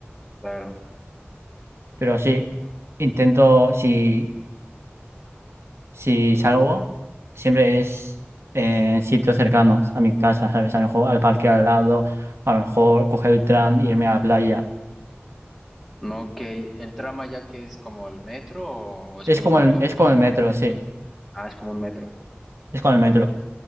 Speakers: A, in the centre; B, on the right.
A: claro.
B: Pero sí, intento, si, si salgo, siempre es eh, en sitios cercanos a mi casa, ¿sabes? A lo mejor al parque al lado, a lo mejor coger el tram e irme a la playa.
A: No, ok. ¿El trama ya que es como el metro o, o es
B: Es
A: como
B: como
A: un autobús?
B: el, es con el metro, sí,
A: Ah, es como un metro.
B: es con el metro.